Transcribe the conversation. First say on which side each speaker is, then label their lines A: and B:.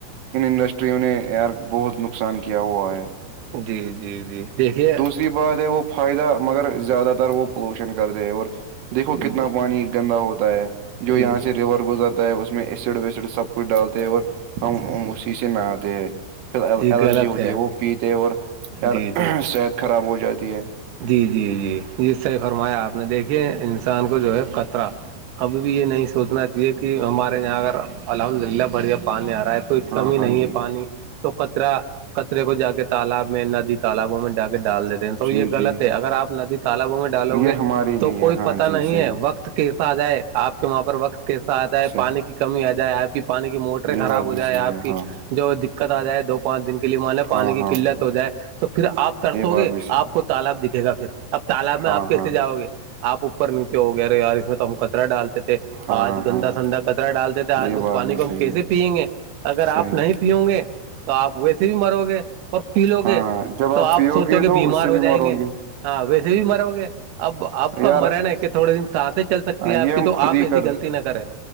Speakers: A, on the right; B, on the right.
A: ان انڈسٹریوں نے یار بہت نقصان کیا ہوا ہے
B: جی جی جی دیکھیے
A: دوری بات ہے وہ فائدہ مگر زیادہ تر وہ پولوشن کر د ہیں اور دیکو
B: جی
A: کتنا پانی گندا ہوتا ہے
B: جی
A: جو یہاں
B: جی
A: سے ریور گزرتا ہے اس میں ایسڈ ویسڈ سب کچھ ڈالتے ہیں اور
B: جی
A: ہم
B: جی
A: اسی سے نہاتے ہیں پھر ال
B: جی
A: الرجی
B: غلط
A: ہوتی ہے وہ پیتے اور یار
B: جی
A: صحت خراب ہو جاتی ہے
B: جی جی جی جی صحیح فرمایا آپ نے دیکھیے انسان کو جو ہے قطرہ کبھی بھی یہ نہیں سوچنا چاہیے کہ ہمارے یہاں اگر الحمد للہ بڑھیا پانی آ رہا ہے تو کوئی
A: ہاں
B: کمی
A: ہاں
B: نہیں
A: جی
B: ہے پانی تو کچرا کچرے کو جا کے تالاب میں ندی تالابوں میں ڈا کے ڈال دیتے ہیں تو
A: جی
B: یہ غلط
A: جی
B: ہے اگر آپ ندی تالابوں میں ڈالو
A: یہ
B: گے
A: ہمارے لیے
B: تو کوئی
A: ہاں
B: پتا
A: جی
B: نہیں
A: صحیح
B: ہے وقت کا کیسا آ جائے آپ کے وہاں پر وقت کیسا آ جائے
A: صحیح
B: پانی کی کمی آ جائے آپ کی پانی کی موٹریں
A: یہ
B: خراب
A: بات
B: ہو
A: بھی
B: جائے
A: صحیح
B: آپ
A: ہے
B: کی
A: ہاں
B: جو دقت آ جائے دو پانچ دن کے لیے مانے پانی
A: ہاں
B: کی
A: ہاں
B: قلت ہو جائے تو پھر آپ ترسو
A: یہ بات
B: گے
A: بھی صحیح
B: آپ
A: ہے
B: کو تالاب دکھے گا پھر اب تالاب میں
A: ہاں
B: آپ کیسے
A: ہاں
B: جاؤ گے آپ اوپر نیچے ہو گی اری یار اس میں تو ہم کچرا ڈالتے تھے
A: ہاں
B: آج گندا
A: ہاں
B: سندا کچرا ڈالتے تھے آج
A: یہ
B: اس
A: بات
B: پانی
A: بھی
B: کو ہم
A: صحیح
B: کیسے
A: ہے
B: پیئیں گے اگر آپ
A: صحیح
B: نہیں پیؤ گے تو آپ ویسے بھی مرو گے اور پی لو گے
A: ہاں جب
B: تو آپ
A: پیو
B: سوچو گے
A: تو
B: بیمار
A: اس سے
B: ہو ج <unintelligible>
A: ہوں گے
B: ہاں ویسے بھی مرو گے اب اب کا
A: یار
B: مرے نا کہ تھوڑے دن سے سس چل سکتی ہے آپ
A: یہ
B: کی
A: ہم
B: تو
A: خود
B: آپ
A: ہی
B: ایسی
A: کر
B: غلطی نہ کرے